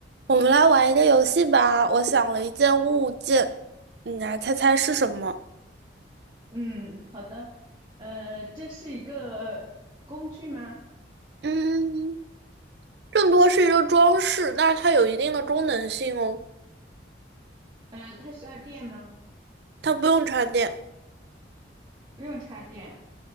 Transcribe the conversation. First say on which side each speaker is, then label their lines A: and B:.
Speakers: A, on the right; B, on the right.
A: 我们来玩一个游戏吧。我想了一件物件，你来猜猜是什么？
B: 嗯，好的。呃，这是一个工具吗？
A: 嗯，更多是一个装饰，但是它有一定的功能性哦。
B: 呃，它需要电吗？
A: 它不用插电。
B: 不用插电。